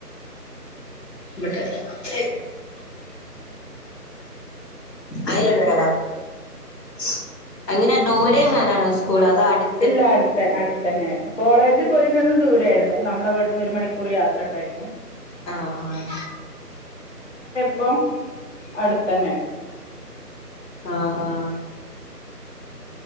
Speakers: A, on the left; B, on the left.
A: ട്ട <unintelligible>
B: <inaudible>
A: അയില്ലണ്ടോരാ ഡോക്ടർ <unintelligible> അങ്ങനെ ദൂരെ എങ്ങനാനാണോ സ്കൂൾ അത് അടു
B: ഇല്ല അടുത്തെ അടുത്ത തന്നെയായിരുന്നു കോളേജ് പോയി ചന്ന് ദൂരായിരുന്നു നമ്മള ഇവിടുന്ന് ഒരു മണിക്കൂർ യാത്രണ്ടാ <unintelligible>
A: ആഹ ആഹ...
B: അപ്പൊ അടുത്ത തന്നെ....
A: ആഹ് ആ